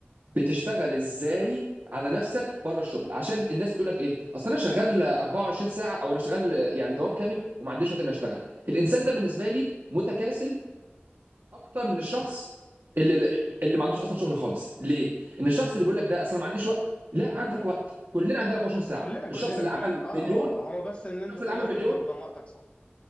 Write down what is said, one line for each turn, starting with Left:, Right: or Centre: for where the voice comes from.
Right: بتشتغل ازاي على نفسك بره الشغل عشان الناس بتقول لك ايه اصل انا شغال 24 ساعه او انا شغال يعني دوام كامل وما عنديش وقت اني اشتغل الانسان ده بالنسبه لي متكاسل اكتر من الشخص اللي اللي ما عندوش اصلا شغل خالص ليه ان الشخص
Left: مم.
Right: اللي بيقول لك ده اصلا ما عنديش وقت لا عندك
Left: مم.
Right: وقت كلنا عندنا 24 ساعه
Left: كلنا كلنا
Right: الشخص اللي
Left: كلنا
Right: عمل
Left: اه
Right: مليون
Left: اه هو بس ان
Right: الشخص
Left: انت تقدر
Right: اللي عمل مليون
Left: تنظم وقتك صح